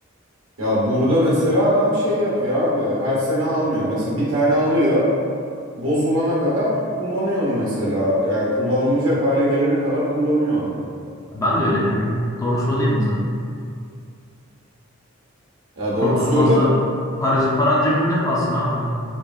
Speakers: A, on the right; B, on the left.
A: Ya burada mesela adam şey yapıyor abi. Her sene almıyor. Mesela bir tane alıyor. Bozulana kadar kullanıyor onu mesela. Yani kullanılmayacak hale gelene kadar kullanıyor onu.
B: Ben de öyle yapıyorum. Doğrusu o değil mi zaten?
A: Ya doğru
B: Çok
A: söyle.
B: daha fazla para, paran cebinde kalsın abi.